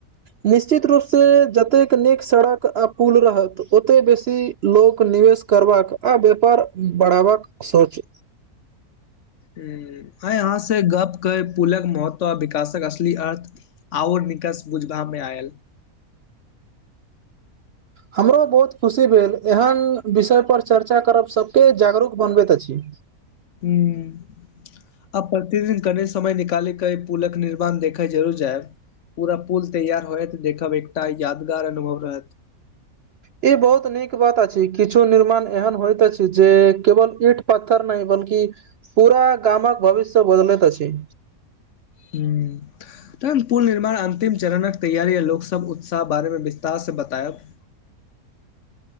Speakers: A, on the right; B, on the left.
A: निश्चित रूप से जतेक नीक सड़क आ पुल रहत ओते बेसी लोक निवेश करबाक आ व्यापार बढ़ावा क सोच
B: हूं आय अहाँ से गपके पुलक महत्व आ विकासक असली अर्थ आओर निकास बुझबा मे आयल
A: हमरो बहुत खुशी भेल एहन विषय पर चर्चा करब सबके जागरूक बनबैत अछि
B: हूँ आब प्रतिदिन कने समय निकालैके पुलक निर्माण देखै जरूर जायब पुरा पुल तैयार होयत देखब एकटा यादगार अनुभव रहैत
A: ई बहुत नीक बात अछि किछु निर्माण एहन होइत अछि जे केवल ईठ पत्थर नहि बल्कि पूरा गामक भविष्य बदलैत अछि
B: हूँ तुरन्त पुल निर्माण अंतिम चरणक तैयारी आ लोक सब उत्साह बारे मे विस्तार से बतायब